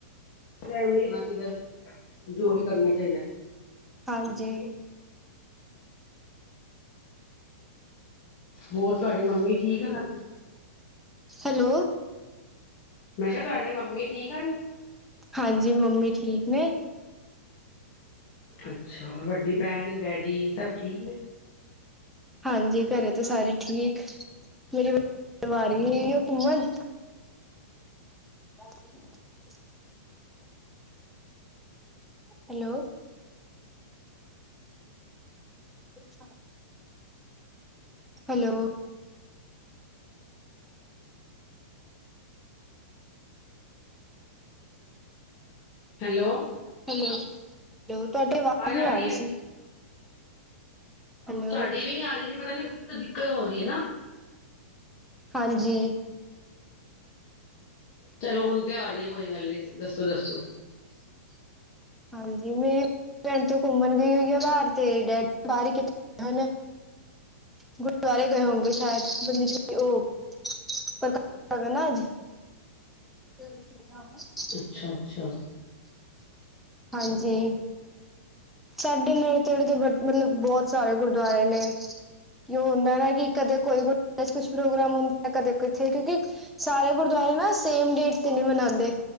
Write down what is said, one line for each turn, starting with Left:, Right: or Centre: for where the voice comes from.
Left: <unintelligible> ਜੋ ਵੀ ਕਰਨਾ ਚਾਹੀਦਾ।
Centre: ਹਾਂਜੀ
Left: ਹੋਰ ਤੁਹਾਡੀ ਮੰਮੀ ਠੀਕ ਆ ਘਰ?
Centre: ਹੈਲੋ
Left: ਮੈਂ ਕਿਆ ਤੁਹਾਡੇ ਮੰਮੀ ਠੀਕ ਹਨ।
Centre: ਹਾਂਜੀ ਮੰਮੀ ਠੀਕ ਨੇ।
Left: ਅੱਛਾ ਵੱਡੀ ਭੈਣ ਡੈਡੀ ਸਭ ਠੀਕ ਨੇ।
Centre: ਹਾਂਜੀ ਘਰੇ ਤੇ ਸਾਰੇ ਠੀਕ ਮੇਰੀ ਵਾਰੀ ਓ ਘੁੰਮਣ <inaudible> ਹੈਲੋ ਅੱਛਾ ਹੈਲੋ
Left: ਹੈਲੋ
Centre: ਹੈਲੋ ਹੈਲੋ ਤੁਹਾਡੀ ਆਵਾਜ਼
Left: ਆਜ
Centre: ਨਹੀਂ
Left: ਆ ਰਈ
Centre: ਰਹੀ
Left: ਏ
Centre: ਸੀ ਹੈਲੋ
Left: ਤੁਹਾਡੀ ਵੀ ਨੀ ਆ ਰਈ ਪਤਾ ਨੀ ਤਾ ਦਿੱਕਤ ਹੋ ਰਈ ਹਨਾ।
Centre: ਹਾਂਜੀ
Left: ਚਲੋ ਹੁਣ ਤੇ ਆ ਰਹੀਏ ਕੋਈ ਗੱਲ ਨੀ ਦੱਸੋ -ਦੱਸੋ।
Centre: ਹਾਂਜੀ ਮੇ ਭੈਣ ਤੇ ਘੁੰਮਣ ਗਈ ਹੋਈ ਆ ਬਾਰ ਤੇ ਡੈਡੀ ਬਾਰ ਕਿਥੇ ਗੁਰਦੁਆਰੇ ਗਏ ਹੋਣਗੇ ਸ਼ਾਇਦ ਓ ਪ੍ਰਕਾਸ਼ <unintelligible> ਨਾ ਅੱਜ <inaudible>
Left: ਅੱਛਾ-ਅੱਛਾ
Centre: ਹਾਂਜੀ ਸਾਡੇ ਨੇੜੇ ਤੇੜੇ ਤੇ ਬ ਮਤਲਬ ਬੋਤ ਸਾਰੇ ਗੁਰਦੁਆਰੇ ਨੇ। ਕਿ ਓ ਹੁੰਦਾ ਨਾ ਕਿ ਕਦੇ ਕੋਈ ਕੁਛ ਪ੍ਰੋਗਰਾਮ ਹੁੰਦਾ ਕਦੇ ਕਿਥੇ ਕਿਉਂਕਿ ਸਾਰੇ ਗੁਰਦੁਆਰੇ ਨਾ ਸੇਮ ਡੇਟ ਤੇ ਨਈ ਮਨਾਉਂਦੇ।